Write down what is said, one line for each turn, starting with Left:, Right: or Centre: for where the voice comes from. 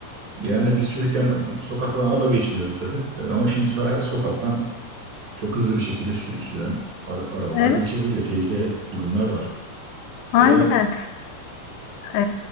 Right: Yani biz çocukken sokaktan araba geçmiyordu tabii. E, Ama şimdi so- sokaktan çok hızlı bir şekilde sür süren ara- arabalar
Left: evet.
Right: geçebiliyor. Tehlikeli durumlar var.
Left: Aynen.
Right: E,
Left: E,